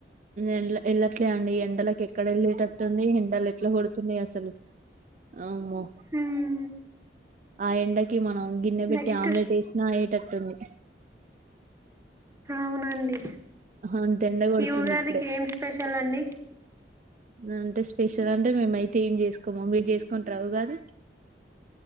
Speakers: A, on the right (about 45°); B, on the right (about 15°).
A: ఎండ ఎళ్ళట్లే అండి ఎండలకు ఎక్కడ వెళ్ళేటట్టుంది ఎండలు ఎట్లా కొడుతున్నాయి అసలు అవుమో
B: హ్మ్
A: ఆ ఎండడాకి మన గిన్నె పెట్టి
B: నెక్స్ట్
A: ఆమ్లెట్ వేసినా అయ్యేటట్టుంది
B: అవునండి
A: అంత ఎండ కొడుతుంది
B: ఇవగా
A: ఇప్పుడే
B: అదిక ఏం స్పెషల్ అండి
A: అంటే స్పెషల్ అంటే మేముయితే ఏం చేసుకోమ మీరు చేసుకుంట రావు కాదు